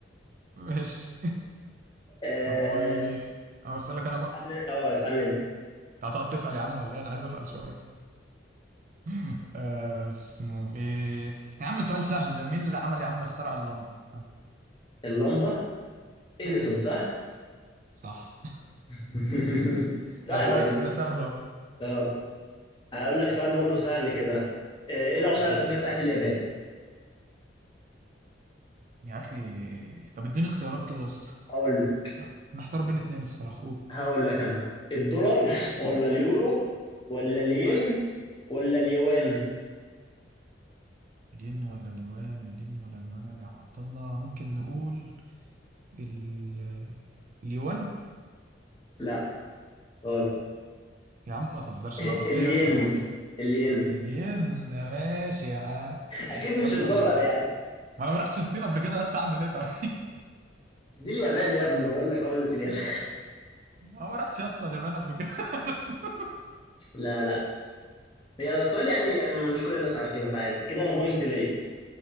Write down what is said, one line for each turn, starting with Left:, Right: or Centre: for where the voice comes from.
Right: ماشي
Left: اه
Right: طب قول لي او اسالك انا بقى
Left: اسألني- آه، اسالني انت
Right: انت هتقعد تسال يا عم ولا ايه انا عايز اسال شويه <laughs> آه، اسمه ايه يا عم سؤال سهل مين اللي عمل يا عم اخترع اللمبه ها؟
Left: اللمبه اديسون
Right: اه
Left: صح
Right: صح
Left: <laughs>
Right: <laughs>
Left: سهلة
Right: انا بسالك
Left: دي
Right: اسئله سهله اهو
Left: اه هقول لك سؤال برضو سهل كده آه، ايه العملة
Right: اديني
Left: الرسمية
Right: سؤال
Left: بتاعت اليابان؟
Right: يا اخي طب اديني اختيارات كده بس
Left: هقول لك
Right: لا، محتار بين اتنين الصراحه قول
Left: هقول لك انا الدولار <laughs> ولا اليورو ولا الين ولا اليوان؟
Right: الين ولا اليوان الين ولا اليوان يا عبد الله ممكن نقول ال... اليوان
Left: لا غلط
Right: يا عم ما تهزرش
Left: <laughs>
Right: بقى طب
Left: الين
Right: ايه يا اسطى العمر
Left: الين
Right: هدين ماشي يا عم
Left: اكيد مش
Right: يا اسطى
Left: الدولار يعني
Right: ما انا ما رحتش الصين قبل كده بس اعمل ايه طيب
Left: دي اليابان يا ابني انا بقول لك عملة اليابان
Right: <laughs> انا ما رحتش يا اسطى اليابان قبل كده <laughs>
Left: <laughs> لا لا هي السؤال يعني مش كل الناس عارفينه فعادي كده انا بوينت ليا